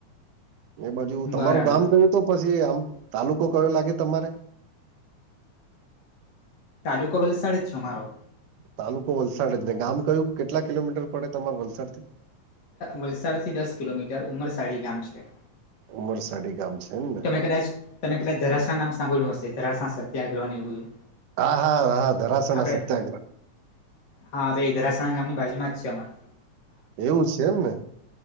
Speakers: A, on the right (about 85°); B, on the left (about 45°).
A: એ બાજુ તમારું
B: બરાબર
A: ગામ કયું તો પછી આમ તાલુકો કયો લાગે તમારે?
B: તાલુકો વલસાડ છે અમારો.
A: તાલુકો વલસાડ જ ને ગામ કયું કેટલા કિલોમીટર પડે તમારે વલસાડ થી?
B: વલસાડથી દસ કિલોમીટર ઉમરસાળી ગામ છે.
A: ઉમરસાડી ગામ છે એમક
B: તમે કદાચ તમે કદાચ ધરાસણા નામ સાંભળ્યું હશે, ધરાસણા સત્યાગ્રહને એવુ બધું
A: હા હા હા ધરાસણા
B: આપણે
A: સત્યાગ્રહ
B: હા તો ઇ ધરાસણા ગામની બાજુમાં છે અમારે.
A: એવું છે એમ ને.